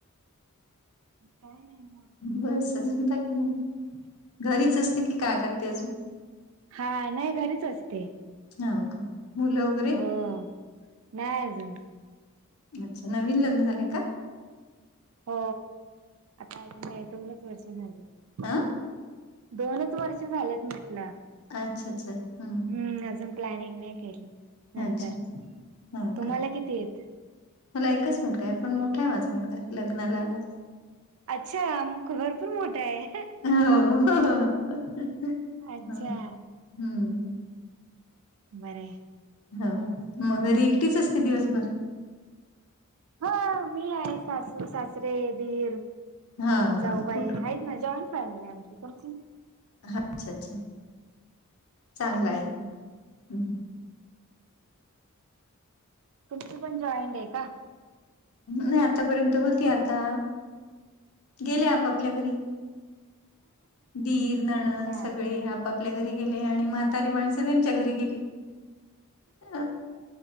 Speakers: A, on the right; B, on the left.
A: काही नाही.
B: बस अजून टाक घरीच असते. की काय करते अजून
A: हा नाही घरीच असते.
B: हा का मुल वगैरे
A: हो नाही अजून
B: अच्छा नवीन लग्न झालंय का?
A: हो आता अजून दोनच वर्ष झाले
B: अ
A: दोनच वर्ष झालेत म्हटलं
B: अच्छा अच्छा हम्
A: हम्म अजून प्लॅनिंग नाही. केली नंतर
B: अच्छा हो
A: तुम्हाला
B: का.
A: किती येत
B: मला एकच मुलगा आहे. पण मोठा आहे माझा मुलगा लग्नाला आला
A: अच्छा मग भरपूर मोठा आहे.
B: हो ह
A: अच्छा
B: हम्म
A: बरं
B: हो मगर एकटीच असते. दिवसभर
A: हा मी आहे सासू सासरे दीर
B: हा हा.
A: जाऊ बाई
B: कुठून?
A: आहेत. ना जॉईंट फॅमिली आमची तुमची
B: हा अच्छा अच्छा चांगला
A: हम्म
B: आहे. ह
A: तुमची पण जॉईंट आहे का?
B: नाही आतापर्यंत होती. आता गेले आपपल्या घरी दीर ननंद
A: अच्छा
B: सगळे आप बा आपल्या घरी गेले आणि म्हातारी माणसं त्यांच्या घरी गेली. अ